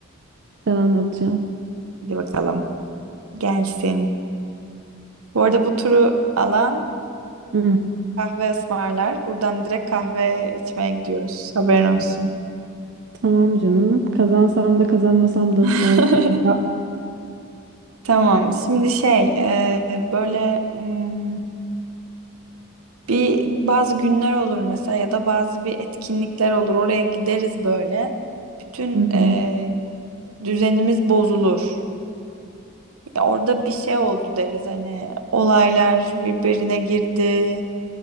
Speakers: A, on the right; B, on the right.
A: Sen anlatacaksın.
B: Hadi bakalım. Gelsin. Bu arada bu turu alan
A: Hı,
B: kahve ısmarlar. Buradan direkt kahve içmeye gidiyoruz. Haberin olsun.
A: tamam canım. Kazansam da kazanmasam da
B: <laughs>
A: ısmarlarım.
B: Tamam. Şimdi şey e, böyle mm, bir bazı günler olur mesela ya da bazı bir etkinlikler olur. Oraya gideriz böyle. Bütün
A: Hı hı.
B: e, düzenimiz bozulur. Ya orada bir şey oldu deriz hani olaylar birbirine girdi,